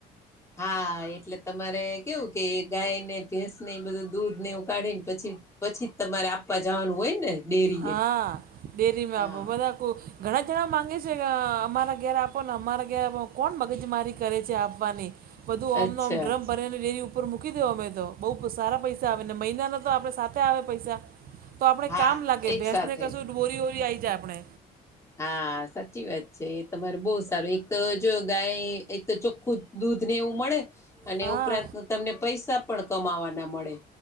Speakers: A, on the left; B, on the right.
A: હા એટલે તમારે કેવું કે ગાય ને ભેંસ ને બધું દૂધ ને એવું કાઢીને પછી પછીજ તમારે આપવા જવાનું હોય ને? ડેરીએ
B: હા ડેરીમાં
A: હા
B: આપો બધા કો ઘણા જણા માંગે છે કે અ અમારા ઘેર આપો ને અમારા ઘેર આપો કોણ મગજ મારી કરે છે આપવાની બધું
A: અચ્છા
B: ઓમ ને ઓમ ડ્રમ ભરીને ડેરી ઉપર મૂકી દેવાનુ અમે તો બહુ સારા પૈસા આવે ને મહિનાના તો આપણે સાત આવે પૈસા તો આપડે
A: હા
B: કામ લાગે
A: એક
B: ભેસને
A: સાથે
B: કશું ડોરી વરી આઈ જાય આપણે
A: હા સાચી વાત છે, એ તમારે બહુ સારું એક તો જો ગાય એક તો ચોખ્ખું દૂધને એવું મળે અને
B: હા
A: ઉપરાંત તમને પઇસા પણ કમાવાના મળે.